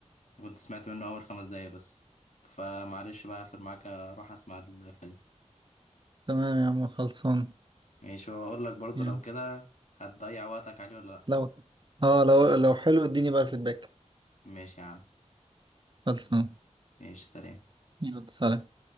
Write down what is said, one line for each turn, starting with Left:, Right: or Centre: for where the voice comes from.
Left: كنت سمعت منه أول خمس دقايق بس فمعلش بقى أقفل معاك أروح أسمع الفيلم
Right: تمام يا عم خلصان
Left: ماشي وأقول لك برضه
Right: يلا
Left: لو كده هتضيع وقتك عليه ولا لأ
Right: لو اه لو لو حلو اديني بقى الفيدباك
Left: ماشي يا عم
Right: خلصان
Left: ماشي سلام
Right: يلا سلام